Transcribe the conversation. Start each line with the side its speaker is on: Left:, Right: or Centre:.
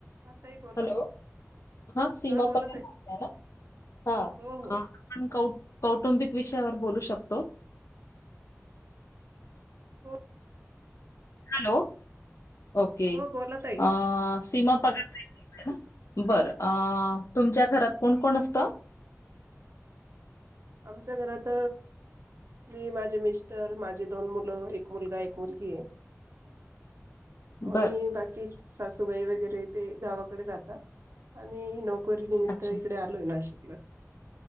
Right: हा ताई बोला.
Left: हॅलो हा सीमा
Right: बोला
Left: पगारे
Right: ताई
Left: बोलताय ना? हा.
Right: हो हो
Left: हा. आपण कौ कौटुंबिक विषयावर बोलू शकतो?
Right: हो
Left: हॅलो, ओके.
Right: हो बोला ताई
Left: अ सीमा पगार ताई बोलताय ना. बरं. अ तुमच्या घरात कोण- कोण असतं?
Right: आमच्या घरात मी, माझे मिस्टर, माझी दोन मुलं. एक मुलगा, एक मुलगीय.
Left: <inaudible>
Right: आणि
Left: बर
Right: बाकी सासूबाई वगैरे. ते गावाकडे राहता. आम्ही नोक नोकरी निमित्त,
Left: अच्छा
Right: इकडे आलोय नाशिकला.